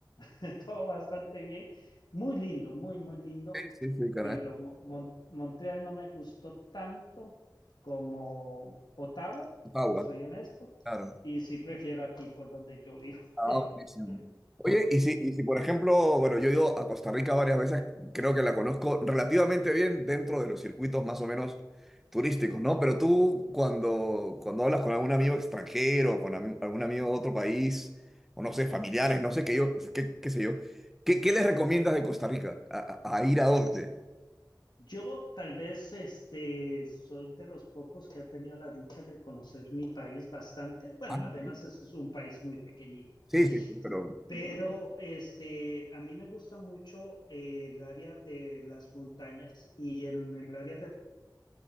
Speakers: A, on the left; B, in the centre.
A: <laughs> todo bastante bien. Muy lindo, muy, muy lindo,
B: sí, sí, sí, Canadá,
A: pero Mo- Mon- Montreal no me gustó tanto como Ottawa,
B: Ottawa,
A: te soy honesto,
B: claro.
A: y sí prefiero aquí por donde yo vivo.
B: Ah,
A: <laughs>
B: buenísimo. Oye, y si, y si por ejemplo, bueno, yo he ido a Costa Rica varias veces, creo que la conozco relativamente bien dentro de los circuitos más o menos turísticos, ¿no? Pero tú cuando, cuando hablas con algún amigo extranjero, con ami- algún amigo de otro país, o no sé, familiares, no sé qué yo, qué, qué sé yo, ¿qué, qué les recomiendas de Costa Rica? ¿A, a- a ir a dónde?
A: Yo tal vez este, soy de los pocos que ha tenido la dicha de conocer mi país bastante. Bueno,
B: Ah,
A: además
B: mira.
A: es es un país muy pequeñito,
B: sí, sí, sí, pero...
A: pero este, a mí me gusta mucho eh, el área de las montañas y en el área de